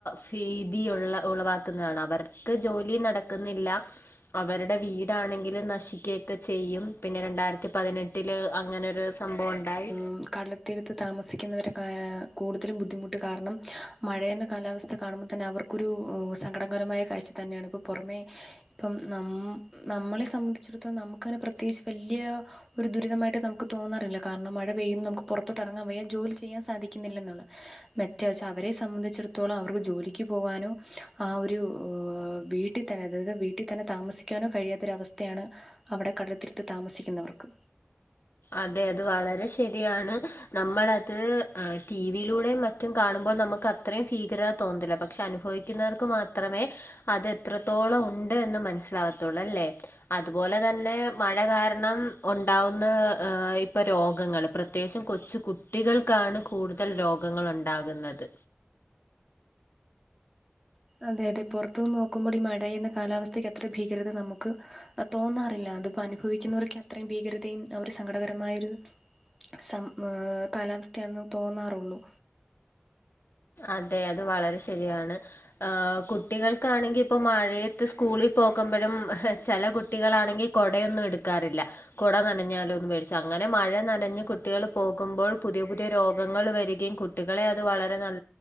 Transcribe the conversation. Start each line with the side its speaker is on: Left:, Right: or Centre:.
Left: ഫീതിയുള്ള ഉളവാക്കുന്നതാണ് അവർ ക്ക് ജോലി നടക്കുന്നില്ല അവരുടെ വീടാണെങ്കിലും നശിക്കെ ക്കെ ചെയ്യും പിന്നെ രണ്ടായിരത്തി പതിനെട്ടില് അങ്ങനെരു സംഭവം ഉണ്ടായി
Centre: ഉം കടല ത്തീരത്ത് താമസിക്കുന്നവരെ ക്കായാകൂടുതലും ബുദ്ധിമുട്ട് കാരണം മഴയെന്ന കാലാവസ്ഥ കാണുമ്പോൾ തന്നെ അവർ ക്ക് ഒരു സങ്കടങ്കരമായ കാഴ്ച തന്നെയാണ് ഇപ്പോൾ പുറമെ ഇപ്പം ന നമ്മളെ സംബന്ധിച്ചിടത്തോളം നമുക്ക്നെ പ്രത്യേകിച്ച് വലിയ ഒരു ദുരിതമായിട്ട് നമുക്ക് തോന്നാറില്ല കാരണം മഴ പെയ്യും നമുക്ക് പുറത്തോട്ട് ഇറങ്ങാൻ വയ്യാ ജോലി ചെയ്യാൻ സാധിക്കുന്നില്ല എന്ന് ഉള്ളെ മെറ്റ വച്ചാ അവരെ സംബന്ധിച്ചിടത്തോളം അവർക്ക് ജോലിക്ക് പോകാനോ ആ ഒരു വീട്ടി തന്നെ അതായത് വീട്ടിൽ തന്നെ താമസിക്കാനോ കഴിയാത്തൊരവസ്ഥയാണ് അവിടെ കടലത്തീരുത്ത് താമസിക്കുന്നവർക്ക്.
Left: അതെ അത് വളരെ ശരിയാണ് നമ്മൾ അത് ടി വിയിലൂടെ മറ്റും കാണും മ്പോ നമുക്ക് അത്രയും ഫീകരത തോന്നത്തില്ല പക്ഷെ അനുഭവിക്കുന്നവർക്ക് മാത്രമേ അത് എത്രത്തോളം ഉണ്ട് എന്ന് മനസ്സിലാവത്തുള്ളു അല്ലേ, അതുപോലെ തന്നെ മഴ കാരണം. ഒണ്ടാവുന്ന ഇപ്പൊ രോഗങ്ങൾ പ്രത്യേകിച്ചം കൊച്ചു കുട്ടികൾക്കാണ്. കൂടുതൽ രോഗങ്ങളുണ്ടാകുന്നത്.
Centre: അതെ അതെ പുറത്തു നിന്ന് നോക്കുമ്പോൾ ഈ മഴ എന്ന കാലാവസ്ഥയ്ക്ക് എത്ര ഭീകരത നമുക്ക്. തോന്നാറില്ല അതിപ്പോ അനുഭവിക്കുന്നവർക്കെ അത്രയും ഭീകരതയും അവര് സങ്കടകരമായൊരു സം ഏ കാലാവസ്ഥയാന്ന് തോന്നാറുള്ളൂ.
Left: അതെ അത് വളരെ ശരിയാണ് ഏഹ്കുട്ടികൾ ക്കാണെങ്കി ഇപ്പോ മഴയത്ത് സ്കൂളിൽ പോകുമ്പഴും ഹ് ചെല കുട്ടികളാണെങ്കിൽ കൊടയൊന്നും എടുക്കാറില്ല. കൊട നനഞ്ഞാലോന്ന് പേടിച്ച് അങ്ങനെ മഴ നനഞ്ഞഞ് കുട്ടികൾ പോകുമ്പോൾ പുതിയ പുതിയ രോഗങ്ങൾ വരികയും കു ട്ടികളെ അത് വളരെ നൽ